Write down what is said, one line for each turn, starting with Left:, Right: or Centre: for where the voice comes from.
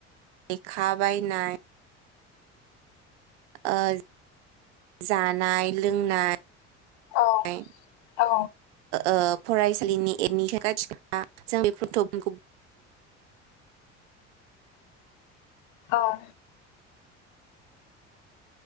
Right: लेखा बायनाय। ओ जानाय लोंनाय।
Left: औ
Right: नाय
Left: औ
Right: ओ फरायसालिनि एडमिसन गथिखा जों बे फटखौ
Left: औ